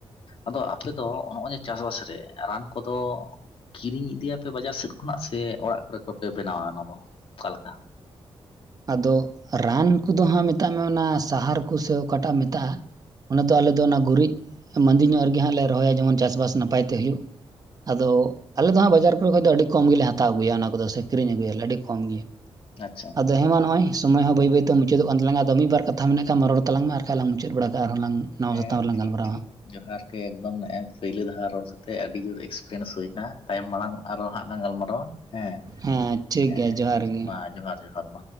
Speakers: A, on the left (about 60°); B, on the right (about 40°).
A: ᱟᱫᱚ ᱟᱯᱮ ᱫᱚ ᱱᱚᱜᱼᱚᱭ ᱡᱮ ᱪᱟᱥᱵᱟᱥ ᱨᱮ ᱨᱟᱱ ᱠᱚᱫᱚ ᱠᱤᱨᱤᱧ ᱤᱫᱤᱭᱟᱯᱮ ᱵᱟᱡᱟᱨ ᱥᱮᱫ ᱠᱷᱚᱱᱟᱜ ᱥᱮ ᱚᱲᱟᱜ ᱠᱚᱨᱮ ᱠᱚᱯᱮ ᱵᱮᱱᱟᱣᱟ ᱚᱱᱟᱫᱚ ᱚᱠᱟᱞᱮᱠᱟ
B: ᱟᱫᱚ ᱨᱟᱱ ᱠᱚᱫᱚ ᱦᱟᱸᱜ ᱢᱮᱛᱟᱜ ᱢᱮ ᱚᱱᱟ ᱥᱟᱦᱟᱨ ᱠᱚᱥᱮ ᱚᱠᱟᱴᱟᱜ ᱮᱢ ᱢᱮᱛᱟᱜᱼᱟ ᱚᱱᱟ ᱫᱚ ᱟᱞᱮᱫᱚ ᱚᱱᱟ ᱜᱩᱨᱤᱡ ᱢᱟᱸᱫᱤ ᱧᱚᱜ ᱨᱮᱜᱮ ᱦᱟᱸᱜ ᱞᱮ ᱨᱚᱦᱚᱭᱟ ᱡᱮᱢᱚᱱ ᱪᱟᱥᱵᱟᱥ ᱱᱟᱯᱟᱭ ᱛᱮ ᱦᱩᱭᱩᱜ ᱟᱫᱚ ᱟᱞᱮ ᱫᱚ ᱦᱟᱸᱜ ᱵᱟᱡᱟᱨ ᱠᱚᱨᱮ ᱠᱷᱚᱱ ᱫᱚ ᱟᱹᱰᱤ ᱠᱚᱢ ᱜᱮᱞᱮ ᱦᱟᱛᱟᱣ ᱟᱹᱜᱩᱭᱟ ᱚᱱᱟ ᱠᱚᱫᱚ ᱥᱮ ᱠᱤᱨᱤᱧ ᱟᱹᱜᱩᱭᱟᱞᱮ ᱟᱹᱰᱤ ᱠᱚᱢ ᱜᱮ
A: ᱟᱪᱪᱷᱟ
B: ᱟᱫᱚ ᱦᱮᱸ ᱢᱟ ᱱᱚᱜᱼᱚᱭ ᱥᱚᱢᱚᱭ ᱦᱚᱸ ᱵᱟᱹᱭ ᱵᱟᱹᱭᱛᱮ ᱢᱩᱪᱟᱹᱫᱚᱜ ᱠᱟᱱ ᱛᱟᱞᱟᱝᱟ ᱟᱫᱚ ᱢᱤᱜ ᱵᱟᱨ ᱠᱟᱛᱷᱟ ᱢᱮᱱᱟᱜ ᱠᱷᱟᱱ
A: ᱦᱮᱸ
B: ᱢᱟ ᱨᱚᱲ ᱛᱞᱟᱝ ᱢᱮ ᱟᱨ ᱠᱷᱟᱡᱞᱟᱝ ᱢᱩᱪᱟᱹᱫ ᱵᱟᱲᱟ ᱠᱟᱜᱼᱟ ᱟᱨᱦᱚᱸ ᱞᱟᱝ ᱱᱟᱣᱟ
A: ᱦᱮᱸ
B: ᱥᱟᱛᱟᱢ ᱨᱮᱞᱟᱝ
A: ᱴᱷᱤᱠ
B: ᱜᱟᱞᱢᱟᱨᱣᱟᱼᱟ
A: ᱴᱷᱤᱠ
B: ᱦᱟᱸᱜ
A: ᱡᱚᱦᱟᱨ ᱜᱮ ᱮᱠᱫᱚᱢ ᱮᱸ ᱯᱟᱹᱭᱞᱳ ᱫᱷᱟᱣ ᱨᱚᱲ ᱠᱟᱛᱮᱜ ᱟᱹᱰᱤ ᱡᱳᱨ ᱮᱠᱥᱯᱨᱤᱭᱮᱱᱥ ᱦᱩᱭᱱᱟ ᱛᱟᱭᱚᱢ ᱢᱟᱲᱟᱝ ᱟᱨᱚ ᱦᱟᱸᱜ ᱞᱟᱝ ᱜᱟᱞᱢᱟᱨᱟᱣᱟ ᱦᱮᱸ
B: ᱦᱮᱸ ᱴᱷᱤᱠ
A: ᱦᱮᱸ
B: ᱜᱮᱭᱟ ᱡᱚᱦᱟᱨ ᱜᱮ
A: ᱢᱟ ᱡᱚᱦᱟᱨ ᱡᱚᱦᱟᱨ ᱢᱟ